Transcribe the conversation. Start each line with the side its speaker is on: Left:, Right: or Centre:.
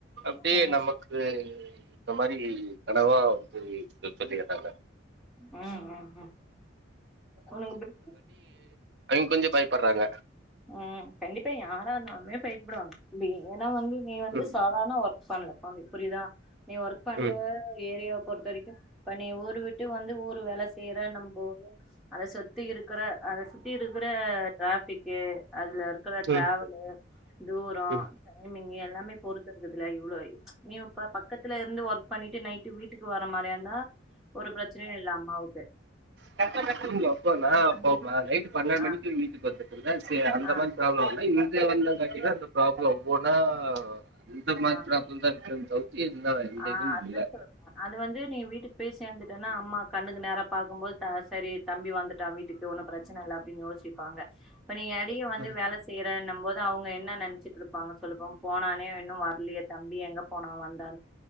Right: அப்டியே
Centre: ம்
Right: நமக்கு இந்த மாரி கனவா வந்து <unintelligible>
Centre: ம் ம் ம் ஒனக்கு <inaudible>
Right: அவுங் கொஞ்ச பயப்பட்றாங்க
Centre: ம் கண்டிப்பா யாரா இருந்தாலுமே பயப்டுவாங்க பி உ ஆனா வந்து நீ வந்து
Right: ம்
Centre: சாதாரண ஒர்க் பண்ணல அவுங்க புரியுதா நீ ஒர்க் பண்ற
Right: ம்
Centre: ஏரியா பொறுத்த வரைக்கு இப்ப நீ ஊரு விட்டு வந்து ஊர் வேல செய்ற நம்ப அத சொத்தி இருக்குற அத சுத்தி இருக்குற டிராபிக் ஏ அதுல இருக்ற டிராவலு
Right: ம்
Centre: தூரோ
Right: ம்
Centre: டைமிங்கி எல்லாமே பொறுத்து இருக்குதுல இவ்ளோ நீயு இப்ப பக்கத்துல இருந்து ஒர்க் பண்ணிட்டு நைட்டு வீட்டுக்கு வர மாரியா இருந்தா ஒரு பிரச்சனையு இல்ல அம்மாவுக்கு
Right: அப்போ நா
Centre: ஆனா தம்பி
Right: நைட்டு பன்னெண்டு
Centre: ஆ
Right: மணிக்கு வீட்டுக்கு வந்தே என்னா விசிய அந்த
Centre: ஆ
Right: மாதி்ரி ப்ராப்ளம் இல்ல பாத்தீங்னா அந்த ப்ராப்ளம் ஒவ்வொன்னா இந்த மாதிரி
Centre: ஆ
Right: பிராப்ளம் தா இருக்காது இருந்தா எந்ததுமில்ல
Centre: ஆ அது அது வந்து நீ வீட்டுக்கு போய் சேர்ந்துட்டேனா அம்மா கண்ணுக்கு நேரா பாக்கும்போது சரி தம்பி வந்துட்டு வீட்டுக்கு ஒன்னு பிரச்சன இல்ல அப்டின்னு யோசி இருப்பாங்க இப்ப நீ எடையே
Right: இல்ல
Centre: வந்து வேல செய்றேனம் போது அவுங்க என்ன நெனச்சுட்டு இருப்பாங்க சொல்லுபோ போனானே இன்னு வரலயே தம்பி எங்க போனா வந்தா